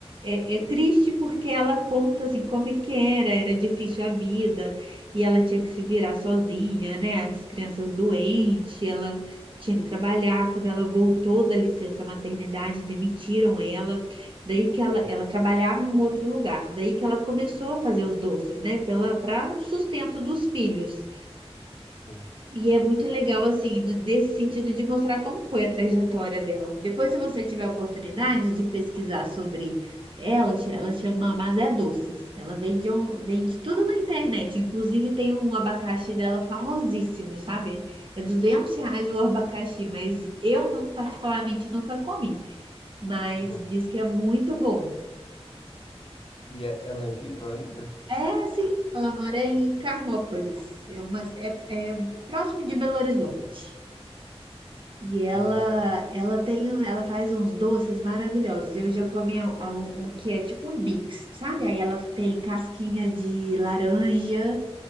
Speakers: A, on the right; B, on the left.
A: é, é triste porque ela conta assim como é que era, era difícil a vida e ela tinha que se virar sozinha, né? As crianças doentes, ela tinha que trabalhar. Quando ela voltou da licença maternidade, demitiram ela. Daí que ela,
B: Ah,
A: ela trabalhava em um outro lugar. Daí que ela começou a fazer os doces, né? Pela, para o sustento dos filhos.
B: Sim,
A: E é muito legal, assim, no- nesse sentido de mostrar como foi a trajetória dela. Depois, se você tiver a oportunidade de pesquisar sobre ela, cha- ela chama Mazé Doces. Ela vende, um, vende tudo na internet. Inclusive, tem um abacaxi dela famosíssimo, sabe? É 200 reais o abacaxi, mas eu não, particularmente, nunca comi. Mas
B: vou.
A: diz que é muito bom.
B: E é- ela é viva ainda?
A: É, sim, ela mora em Carmópolis. É, uma, é é próximo de Belo Horizonte. E ela,
B: Ah,
A: ela tem, um- ela faz uns doces maravilhosos. Eu já comi um, um- um que é tipo um Bix, sabe? Aí ela tem casquinha de laranja,